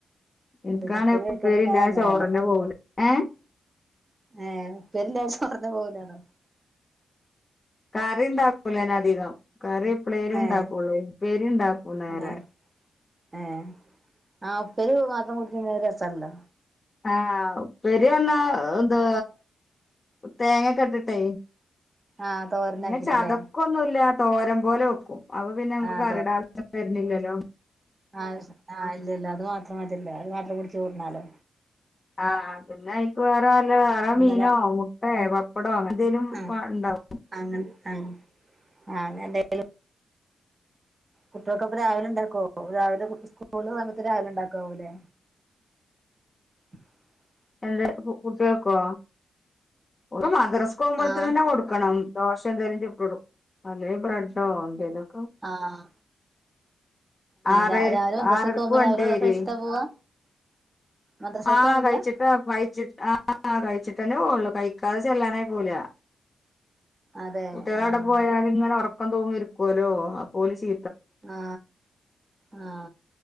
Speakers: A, on the left; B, on the right.
A: എനിക്കാണെ
B: പിന്നെ കഴിക്കാണ്ട്
A: ഉപ്പേരി
B: പിന്നെ
A: ഉണ്ടായി
B: അതെന്നെ
A: ചോറന്നെ
B: നല്ലേ
A: പോകല് ഏഹ്
B: ഏഹ് ഉപ്പേരി ഇല്ല ദിവസം ചോറന്നെ പോവലലോ
A: കറിണ്ടക്കൂലന അധികം കറി എപ്പളെലും ഉണ്ടാക്കുള്ളു
B: ഏഹ്
A: ഉപ്പേരി ഉണ്ടാക്കൂ നേരെ
B: ഏഹ് ഏഹ് ആഹ് ഉപ്പേരി മാത്രം കുടിക്കുമ്പോ ഒരു രസണ്ടോ
A: ആഹ് ഉപ്പേരി എന്ന ഇത് തേങ്ങേക്കെ ഇട്ടിട്ടേ
B: ആഹ് തോരനാക്കിട്ട്ല്ലേ
A: പിന്നെ ചതൊക്കൊന്നുവില്ല തോരം പോലെ വെക്കും അപ്പോ പിന്നെ നമുക്ക്
B: ആഹ്
A: കറിടെ ആവശ്യം വരുന്നില്ലല്ലോ
B: ആവശ്യം ആഹ് ഇല്ലില്ല അത് മാത്രം മതില്ലോ അത് മാത്രം കുടിച്ച് ചോറുണാലോ
A: ആഹ് പിന്നെ എനിക്ക് വേറെ വല്ല വേറെ
B: ഇന്നലെ
A: മീനോ മുട്ടെ പപ്പടോ അങ്ങനെ എന്തേലും
B: ആഹ്
A: ഉണ്ടാവും
B: അങ്ങനെ ആഹ് അതെന്തേലും കുട്ടികൾക്കപ്പോ രാവിലെ ഉണ്ടാക്കുവൊ രാവിലെ സ്കൂൾ സമയത്ത് രാവിലെ ഉണ്ടാക്കുവല്ലേ <unintelligible>
A: എറെ കുട്ടികൾക്കോ ഒര് മദ്രസ്ക്ക്‌ പോവുമ്പോഴ്ത്തന്നെ
B: ആഹ്
A: കൊടുക്കണം ദോശ ന്തേലും ചുട്ട് കൊടുക്കും അല്ലേ ബ്രെഡോ ന്തേലും
B: ആഹ്
A: ആറര
B: രാവിലെ ദിവസക്ക്
A: ആറരക്ക്
B: പോകുമ്പ
A: വണ്ടി വരുവേ
B: കഴിച്ചിട്ടാ പോവാ മദ്രസക്ക്
A: ആഹ്
B: വണ്ടിയാ
A: കഴിച്ചിട്ട് കഴിച്ചിട്ട് ആഹ് കഴിച്ചിട്ട് ട്ടന്നെ പോവുള്ളൂ കഴിക്കാതെ ചെല്ലാനാവുല്ല
B: അതെ
A: കുട്ടിള്
B: ആഹ്
A: അവിടെ പോയാല് ഇങ്ങനെ ഉറ ക്കം തോന്നിയിരിപ്പുല്ലോ അപ്പോല് ചി
B: ആ ആ